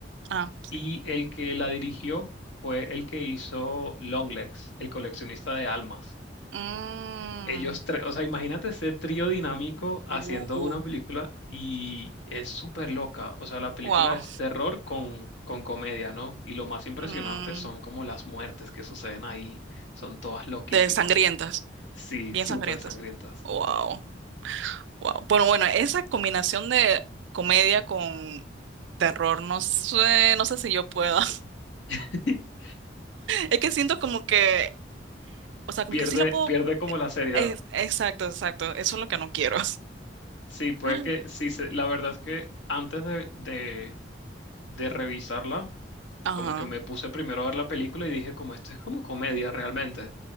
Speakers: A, on the right; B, on the left.
A: Ah, sí.
B: Y el que la dirigió fue el que hizo Longlegs, el coleccionista de almas.
A: Mm.
B: Ellos tres, o sea, imagínate ese trío dinámico haciendo
A: Uh.
B: una película y es súper loca. O sea, la película
A: Wow.
B: es terror con, con comedia, ¿no? Y lo más impresionante
A: Mm,
B: son como las muertes que suceden ahí. Son todas loquísimas.
A: de sangrientas,
B: Sí,
A: bien
B: súper
A: sangrientas.
B: sangrientas.
A: Wow, wow. Bueno, bueno, esa combinación de comedia con terror, no sé, no sé si yo pueda. <laughs>
B: <laughs>
A: Es que siento como que, o sea, como
B: Pierde,
A: que sí lo puedo.
B: pierde como la seriedad.
A: es- exacto, exacto. Eso es lo que no quiero. <gasps>
B: Sí, puede
A: <laughs>
B: que, sí, se- la verdad es que antes de, de, de revisarla,
A: Ajá,
B: como que me puse primero a ver la película y dije, como esto es como comedia realmente.